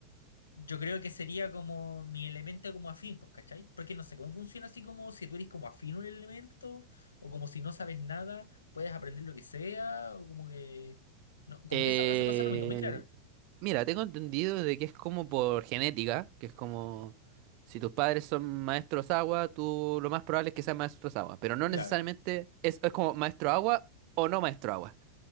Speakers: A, on the left; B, on the right.
A: Yo creo que sería como mi elemento como afín, pues, ¿cachai? Porque no sé cómo funciona así como si tú eres como afín a un elemento, o como si no sabes nada, puedes aprender lo que sea, o como que. No, como
B: Eh,
A: que esa, esa cosa no me quedó muy clara.
B: Mira, tengo entendido de que es como por genética, que es como si tus padres son maestros agua, tú lo más probable es que seas maestros agua, pero no
A: Claro,
B: necesariamente es, es como maestro agua o no maestro agua.